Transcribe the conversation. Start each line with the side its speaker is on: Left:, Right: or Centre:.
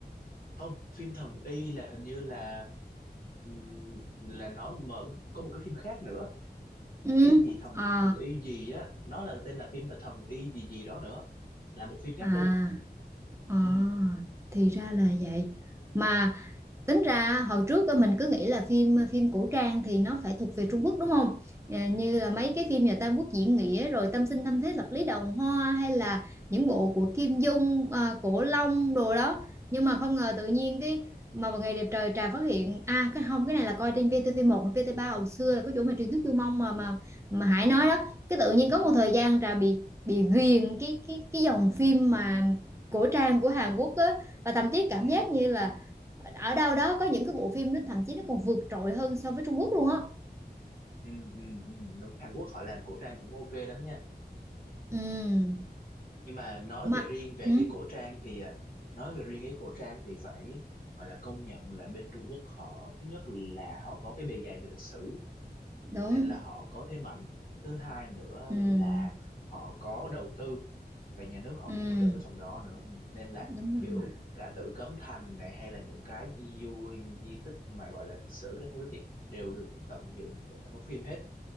Left: Không, phim Thần Y là hình như là ừm, là nó mở có một cái phim khác nữa.
Right: ừ
Left: Cái gì thần
Right: à
Left: thần y gì á, nó là tên là phim là Thần Y gì gì đó nữa. Là một phim khác
Right: à
Left: luôn.
Right: à
Left: Ừ.
Right: thì ra là vậy mà tính ra hồi trước á, mình cứ nghĩ là phim phim cổ trang thì nó phải thuộc về Trung Quốc đúng không Ờ, như
Left: Ừ.
Right: là mấy cái phim nhà Tam Quốc diễn nghĩa rồi Tam sinh tam thế lập lý đồng hoa hay là những bộ của Kim Dung à, Cổ Long đồ đó nhưng mà không ngờ tự nhiên cái mà vào ngày đẹp trời trà phát hiện à cái không cái này là coi trên VTV1 và VTV3 hồi xưa là có chỗ mà truyền thuyết Du Mông mà mà mà Hải nói đó cái tự nhiên
Left: Ừ.
Right: có một thời gian trà bị bị ghiền cái cái cái dòng phim mà cổ trang của Hàn Quốc á và thậm chí cảm
Left: Ừ.
Right: giác như là ở đâu đó có những cái bộ phim nó thậm chí nó còn vượt trội hơn so với Trung Quốc luôn á
Left: Ừ. Ừ. ừ. Đúng, Hàn Quốc họ làm cổ trang cũng ok lắm nha.
Right: ừ
Left: nhưng mà nói
Right: mà
Left: về riêng về
Right: ừ,
Left: cái cổ trang thì à, nói về riêng cái cổ trang thì phải gọi là công nhận là bên Trung Quốc họ thứ nhất là họ có cái bề dày về lịch sử
Right: đúng
Left: nên là họ có thế mạnh thứ hai nữa
Right: ừ
Left: là họ có đầu tư và nhà nước họ
Right: ừ
Left: cũng hỗ trợ cái phần đó nữa Ừ. nên là
Right: đúng rồi
Left: kiểu cả Tử Cấm Thành này hay là những cái di, di, di tích mà gọi là lịch sử các thứ thì đều được tận dụng để mà đóng phim hết